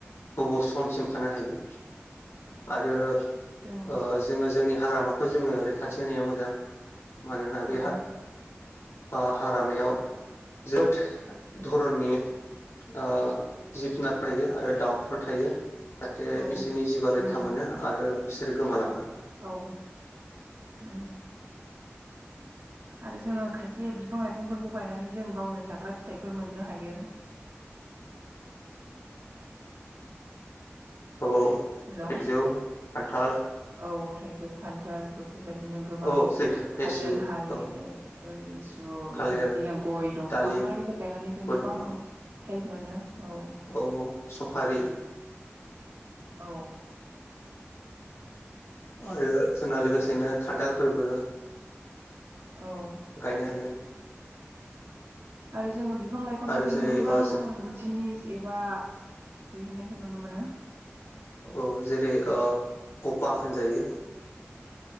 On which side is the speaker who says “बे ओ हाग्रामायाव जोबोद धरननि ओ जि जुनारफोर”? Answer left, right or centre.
Left